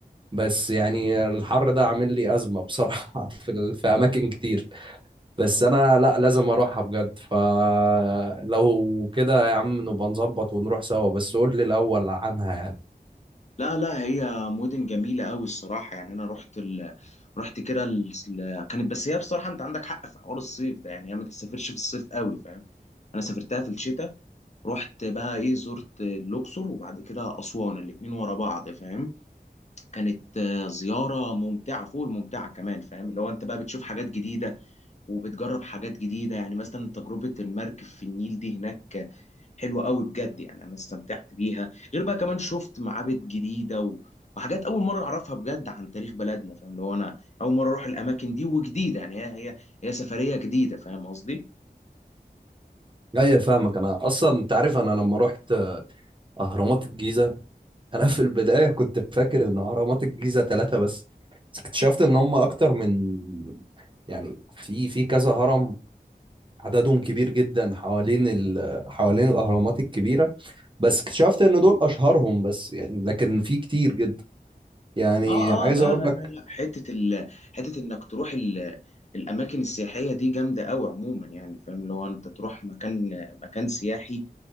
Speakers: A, on the right; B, on the left.
A: بس يعني الحر ده عامل لي أزمة بصراحة <laughs> في في أماكن كتير بس انا لا لازم اروحها بجد فلو كده يا عم نبقى نظبط ونروح سوا بس قول لي الاول عنها يعني
B: لا لا هي مدن جميلة قوي الصراحة يعني انا رحت ال... رحت كده ال... ال- كانت بس هي بصراحة انت عندك حق في حوار الصيف ده يعني هي ما تسافرش في الصيف قوي فاهم انا سافرتها في الشتاء رحت بقى ايه زرت الاقصر وبعد كده اسوان الاتنين ورا بعض فاهم كانت آه، زيارة ممتعة فوق الممتعة كمان فاهم اللي هو انت بقى بتشوف حاجات جديدة وبتجرب حاجات جديدة يعني مثلا تجربة المركب في النيل دي هناك آه، حلوة قوي بجد يعني انا استمتعت بيها غير بقى كمان شفت معابد جديدة و... وحاجات اول مرة اعرفها بجد عن تاريخ بلدنا فاهم اللي هو انا اول مرة اروح الاماكن دي وجديدة يعني هي هي هي سفرية جديدة فاهم قصدي
A: ايوه فاهمك انا اصلا انت عارف انا لما رحت اهرامات الجيزه انا في البدايه كنت فاكر ان اهرامات الجيزه ثلاثه بس بس اكتشفت ان هم اكتر من يعني في في كذا هرم عددهم كبير جدا حوالين ال... حوالين الاهرامات الكبيره بس اكتشفت ان دول اشهرهم بس يعني لكن في كتير جدا يعني
B: اه
A: عايز
B: اه لا
A: اقول
B: لا لا
A: لك
B: لا حته ال... حته انك تروح ال... الاماكن السياحيه دي جامده قوي عموما يعني فاهم لو انت تروح مكان مكان سياحي